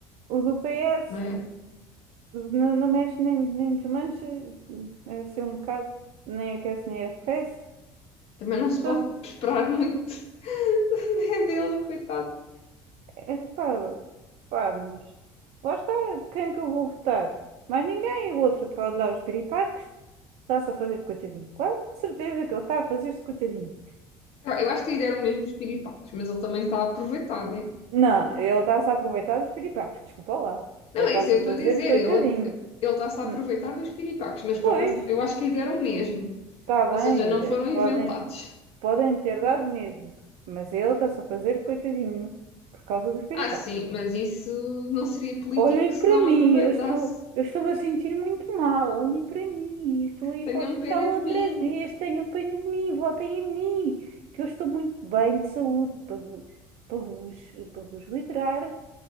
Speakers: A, on the right; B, on the left.
A: o do PS
B: não é?
A: não, não mexe nem, nem desmancha. É assim um bocado. Nem aquece nem arrefece.
B: Também não se
A: Portanto,
B: pode esperar muito <laughs> né, dele, coitado.
A: é, pá, pá, mas lá está. Quem é que eu vou votar? Mais ninguém. O outro está lá os piripaques. Está-se a fazer de coitadinho. Claro, de certeza que ele está a fazer-se de coitadinho.
B: Eu, eu acho que lhe deram mesmo os piripaques, mas ele também está a aproveitar, né?
A: Não, ele está-se a aproveitar dos piripacos, desculpa lá.
B: Não,
A: Ele está-se
B: é isso, eu
A: a
B: estou
A: fazer
B: a dizer,
A: de coitadinho.
B: ele ele está-se a
A: Hum,
B: aproveitar dos piripaques, mas por
A: Pois,
B: acaso eu acho que lhe deram mesmo.
A: está bem,
B: Ou seja, não
A: de-
B: foram inventados.
A: podem, podem ter dado mesmo, mas ele está-se a fazer de coitadinho por causa dos piripacos.
B: Ah, sim, mas isso não seria político
A: Olhem
B: se
A: para
B: não
A: mim,
B: aproveitasse.
A: eu estou, eu estou-me a sentir muito mal. Olhem para mim, estou a ir
B: Tenham
A: para o hospital
B: pena
A: outra
B: de mim.
A: vez. Tenham pena de mim, votem em mim, que eu estou muito bem de saúde para, vo- para vos, para vos livrar.